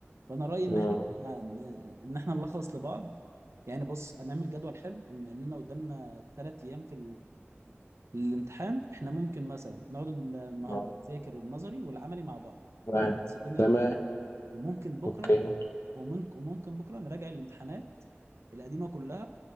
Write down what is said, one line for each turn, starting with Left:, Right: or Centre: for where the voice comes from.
Right: فانا رايي ان
Left: اه
Right: احنا ان احنا نلخص لبعض يعني بص هنعمل جدول حلو بما اننا قدامنا ثلاث ايام في الامتحان احنا ممكن مثلا نقعد ال- النهارده
Left: آه.
Right: نذاكر النظري والعملي مع بعض
Left: تمام
Right: نلخص الدنيا
Left: تمام
Right: لبعض وممكن بكره
Left: اوكي
Right: وممكن وممكن بكره نراجع الامتحانات القديمه كلها